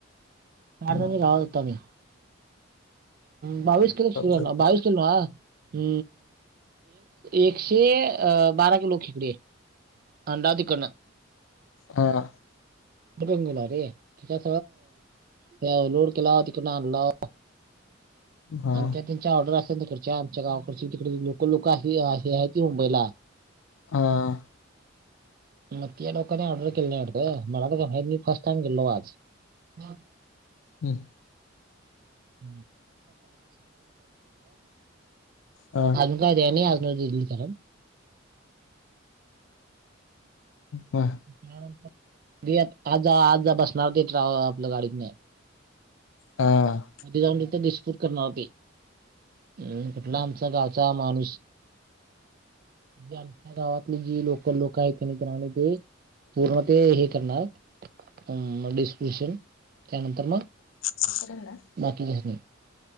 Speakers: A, on the right; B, on the left.
A: चार
B: मग
A: जने गावत होतो आम्ही बावीस किलो सुरू
B: एवढं
A: झाला,
B: काय.
A: बावीस किलो एकशे अ बारा किलो खेकडे आहे. आणला तिकडनं.
B: हा.
A: कुठून गेला रे? त्याच्यात लोड केला, तिकडून आणला.
B: हा
A: आणि त्या त्यांच्या ऑर्डर असल्या तीकडच्या आमच्या गावाकडचे तिकडे लोकल लोक हे आहेत ती मुंबईला.
B: आं.
A: मग त्या लोक्यानी ऑर्डर केले नाही वाटत, मला काहि नाही माहित मी फर्स्ट टाइम गेलेलो आज. मग.
B: हम्म.
A: <unintelligible>
B: हा
A: अजून काय द्याय न्हाय, आज ना उद्या दिल परत.
B: हा.
A: त्यानर ते आज आजा बसणार ट्रॅव आपल्या गाडीत नी.
B: हा.
A: उद्या जाऊन तिथं डिस्तुब करणार होते. हम्म, कुठला आमचा गावचा माणूस त्यात. या गावातली जी लोकल लोक आहेत ना <unintelligible> ते ते पूर्ण ते हे करणार. हम्म, मग डिस्क्रिपशन त्यानंतर मग.
B: कस गेलास?
A: बाकीच्यासनी.